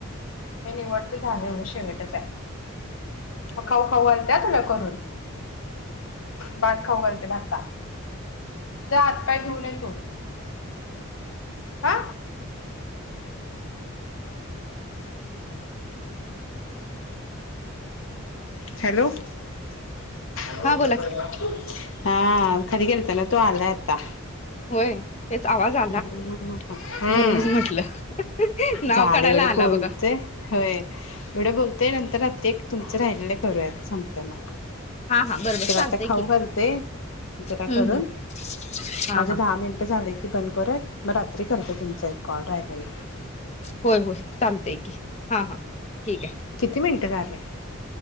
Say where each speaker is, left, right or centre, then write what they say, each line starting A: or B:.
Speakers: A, on the left; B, on the left.
A: हे निवडते झालं एवढ शेवटच आहे मग खाऊ खाऊ घालते तुला करून भात खाऊ घालते भाता. जा हात पाय धुऊन ये तु. आ. हॅलो. ह नस्कार.
B: हा बोला की
A: हा. खाली गेलते ना तो आलायत. ता.
B: होय तेच आवाज आला
A: हम्म् हम्म,
B: म्हणूनच म्हटलं नाव
A: झालं
B: काढायला
A: एवढं
B: आला
A: बोलते
B: बघा
A: होय एवढं बोलते नंतर रात्री तुर राहिलेलं करूयात संपतय मग.
B: हा हा बरोबर
A: तर
B: चालतंय
A: आता खाऊ
B: की
A: घते जरा
B: हम्म
A: करून
B: हम्म हा
A: माझे
B: हा
A: दहा मिनटं झाले की बंद करुयात. मग रात्री करते तुमचा एक कॉल राहिलाये.
B: होय होय चालत की हा हा ठीक आहे.
A: किती मिनिटं झाले